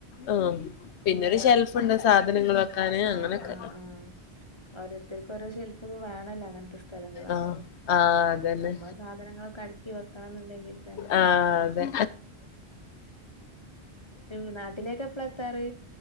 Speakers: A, on the left (about 80°); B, on the left (about 25°).
A: ആഹ് പിന്നെരു
B: ഏഹ്
A: ഷെൽഫ്ണ്ട് സാ ധനങ്ങള് വെക്കാന് അങ്ങനൊക്കെ
B: ആഹ് ആഹ് ആഹ് ഓരോരുത്തർക്ക് ഓരോ ഷെൽഫ് വേണല്ലോ അങ്ങനത്തെ സ്ഥലങ്ങളാവുമ്പോ
A: ആഹ് ആഹ് അതന്നെ
B: നമ്മളെ സാധനങ്ങളൊക്കെ അടുക്കി വെക്കണം എന്നുണ്ടെങ്കിൽ തന്നെ
A: ആഹ് അതെ
B: <unintelligible> നാട്ടിലേക്ക് എപ്പള എത്താറ്